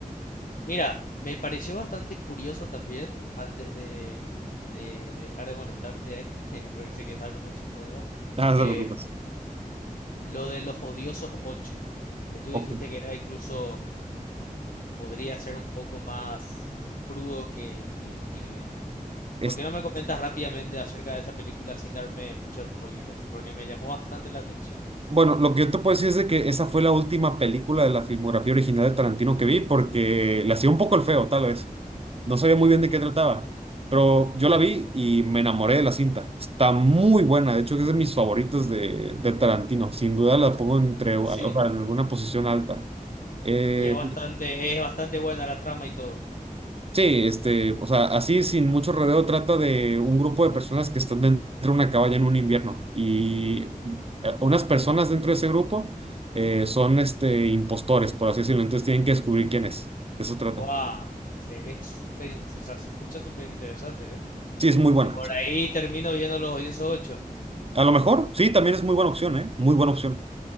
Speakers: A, on the left; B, on the right.
A: Mira, me pareció bastante curioso también, antes de, de dejar de molestarte, eh, <laughs> porque sé que estaba con muchas cosas,
B: Ah,
A: eh,
B: no te preocupes.
A: lo de los odiosos ocho, que tú
B: Ok.
A: dijiste que era incluso, podría ser un poco más crudo que, que Kill Bill.
B: Es-
A: ¿Por qué no me comentas rápidamente acerca de esa película sin darme muchos spoilers? Porque me llamó bastante la atención.
B: Bueno, lo que yo te puedo decir es de que esa fue la última película de la filmografía original de Tarantino que vi porque le hacía un poco el feo, tal vez. No sabía muy bien de qué trataba, pero yo la vi y me enamoré de la cinta. Está muy buena, de hecho es de mis favoritos de, de Tarantino. Sin duda la pongo entre, o
A: ¿Así?
B: sea, en alguna posición alta. Eh,
A: Y es Eh, bastante, es bastante buena la trama y todo.
B: Sí, este, o sea, así sin mucho rodeo trata de un grupo de personas que están dentro de una cabaña en un invierno y eh, unas personas dentro de ese grupo eh, son este, impostores, por así decirlo, entonces tienen que descubrir quién es. De eso trata.
A: ¡Guau! Se ve súper, in- o sea, se escucha súper interesante, ¿eh?
B: Sí, es muy buena.
A: De por ahí termino viendo los odiosos ocho
B: A lo mejor, sí, también es muy buena opción, ¿eh? Muy buena opción.